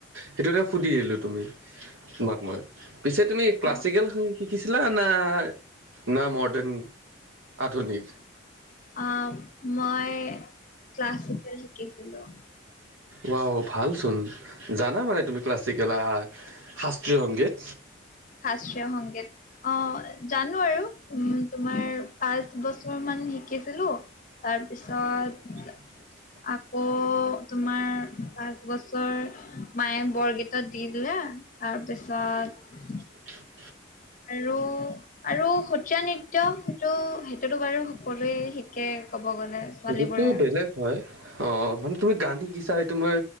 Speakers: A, on the right; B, on the left.
A: সেইটো তে সুধি দিলো তুমি, তোমাক মই, পিছে তুমি ক্লাছিকেল
B: অ'
A: গান শি কিছিলা না, না মডাৰ্ণ, আধুনিক।
B: অ', মই, ক্লাছিকেল শিকিছিলোঁ।
A: ওৱাও ভালচোন, জানা মানে তুমি ক্লাছিকেল আ শাস্ত্ৰীয় সংগীত?
B: শাস্ত্ৰীয় সংগীত। অ', জানো আৰু উম, তোমাৰ পাঁচ বছৰ মান শিকিছিলোঁ। তাৰপিছত
A: <unintelligible>
B: আকৌ তোমাৰ পাঁচ বছৰ মায়ে বৰগীতৰ দি দিলে, তাৰপিছত
A: <unintelligible>
B: আৰু আৰু সত্ৰীয়া নৃত্য, সেইটো সেইটোতো বাৰু সকলোৱে শিকে, ক'ব গ'লে। ছোৱালীবোৰে।
A: সেইটোতো বেলেগ হয়, অ, মানে তুমি গান শিকিছা এইটো মই